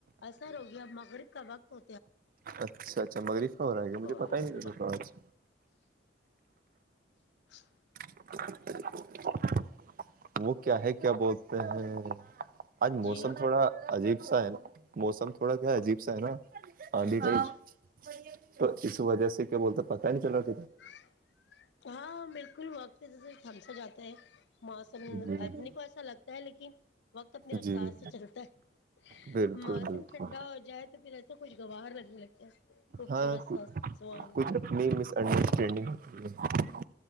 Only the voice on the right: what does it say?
اچھا اچھا مغرب کا ہو رہا ہے کیا مجھے پتا
ہی نہیں
لگا آج
<inaudible> <unintelligible> <unintelligible>
<unintelligible> <unintelligible>
<unintelligible>
گیا۔ جی جی بالکل بالکل
ہاں کچھ اپنی <unintelligible>